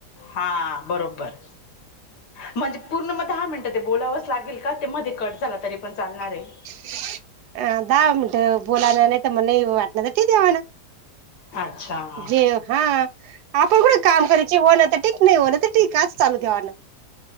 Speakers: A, on the left; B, on the right.
A: हा बरोबर म्हणजे पूर्ण मग दहा मिनटं ते बोलावंच लागेल का ते मध्ये कट झालं तरी पण चालणार आहे
B: <inaudible> अ दहा मिनट बोलायला नाही तर म्हण वाटणार तर तेन देवाना
A: अच्छा
B: जेव हा आपण कुठं काम करायची होण तर ठीक नाही होण तर ठीक आच चालू ठेवा ना